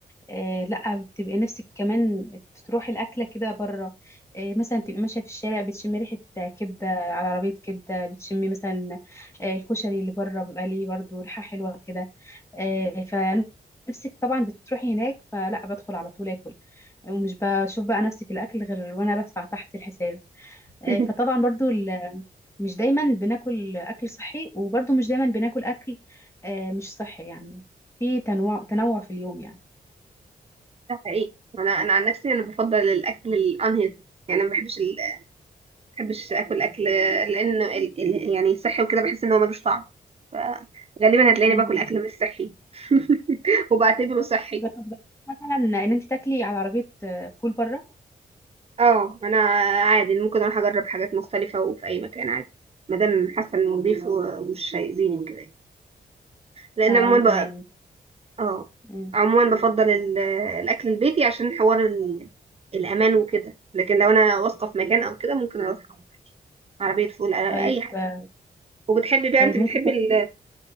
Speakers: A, on the left; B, on the right.
A: آه لا بتبقي نفسك كمان تروحي الأكلة كده بره آه مثلا تبقي ماشية في الشارع بتشمي ريحة كبدة على عربية كبدة بتشمي مثلا آه الكشري اللي بره بيبقى ليه برضه ريحة حلوة كده آه فنفسك طبعا بتروحي هناك فلا بدخل على طول آكل ومش بشوف بقى نفسي في الأكل غير وأنا بدفع تحت الحساب آه
B: <laughs>
A: فطبعا برضه ال- مش دايما بناكل أكل صحي وبرضه مش دايما بناكل أكل آه مش صحي يعني في تنوع تنوع في اليوم يعني
B: ده حقيقي انا انا عن نفسي انا بفضل الاكل الانهيلثي يعني ما بحبش ال... ما بحبش اكل اكل لان ال... ال... يعني الصحي وكده بحس ان هو ملوش طعم فغالبا هتلاقيني
A: مم.
B: باكل اكل مش صحي <laughs> وبعتبره صحي
A: جربت مثلا ان انت تاكلي على عربيه آه، فول بره
B: اه انا عادي ممكن اروح اجرب حاجات مختلفه وفي اي مكان عادي ما دام حاسه انه نضيف ومش هيأذيني وكده يعني. لان
A: آه
B: عموما
A: وانا كمان
B: اه
A: مم.
B: عموما بفضل ال- آه، الاكل البيتي عشان حوار ال- الامان وكده لكن لو انا واثقه في مكان او كده ممكن اروح أقعد عربيه فول أ- اي
A: طيب
B: حاجه
A: آه،
B: وبتحبي بقى
A: طيب
B: انت بتحبي
A: ممكن تاكلي
B: ال-